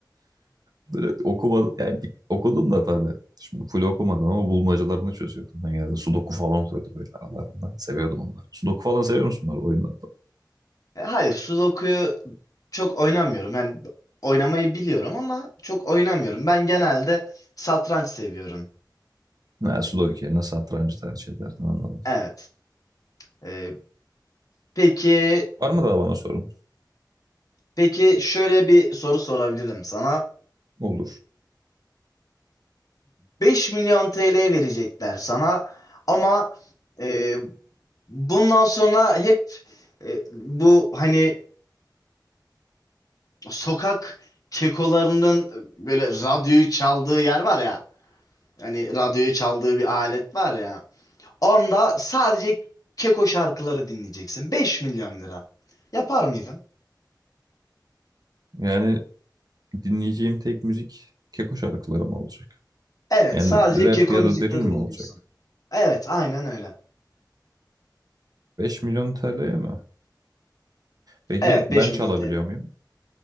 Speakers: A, on the right; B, on the left.
A: Böyle okuma, yani bir- okudum da tabii. Şimdi full okumadım ama bulmacalarını çözüyordum. Ben genelde sudoku falan oluyordu böyle aralarında. Seviyordum onları. Sudoku falan seviyor musun bunlar oyunlarda?
B: E, Hayır sudoku çok oynamıyorum. Yani oynamayı biliyorum ama çok oynamıyorum. Ben genelde satranç seviyorum.
A: Ne, sudoku yerine satrancı tercih ederdim anladım.
B: Evet. Ee, peki
A: Var mı daha bana sorun?
B: peki şöyle bir soru sorabilirim sana.
A: Olur.
B: 5 milyon TL verecekler sana ama e, bundan sonra hep e, bu hani sokak kekolarının böyle radyoyu çaldığı yer var ya. Hani radyoyu çaldığı bir alet var ya. Onda sadece Keko şarkıları dinleyeceksin. 5 milyon lira. Yapar mıydın?
A: Yani dinleyeceğim tek müzik Keko şarkıları mı olacak?
B: Evet,
A: Yani
B: sadece
A: rap
B: Keko
A: ya
B: müzikleri
A: da drill mi
B: dinliyorsun.
A: olacak?
B: Evet, aynen öyle.
A: 5 milyon TL'ye mi? Peki
B: Evet,
A: ben
B: beş
A: çalabiliyor
B: milyon TL.
A: muyum?